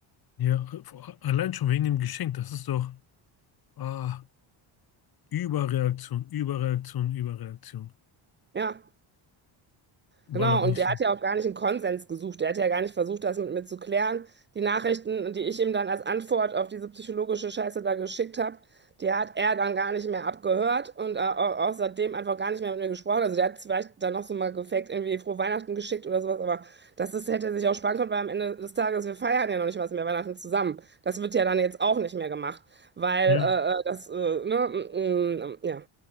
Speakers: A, on the left; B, on the right.
A: ja. Vor- Allein schon wegen dem Geschenk, das ist doch, ah, Überreaktion, Überreaktion, Überreaktion.
B: Ja.
A: Ballert
B: Genau, und
A: nicht
B: der
A: so.
B: hat ja auch gar nicht einen Konsens gesucht. Der hat ja gar nicht versucht, das mit mir zu klären. Die Nachrichten, die ich ihm dann als Antwort auf diese psychologische Scheiße da geschickt habe, die hat er dann gar nicht mehr abgehört und äh, au- außerdem einfach gar nicht mehr mit mir gesprochen. Also der hat vielleicht dann noch so mal gefaked, irgendwie frohe Weihnachten geschickt oder sowas, aber das ist, hätte er sich auch sparen können, weil am Ende des Tages, wir feiern ja noch nicht was mehr Weihnachten zusammen. Das wird ja dann jetzt auch nicht mehr gemacht, weil
A: Ja.
B: äh, äh, das, äh, ne, mm, mm, ja.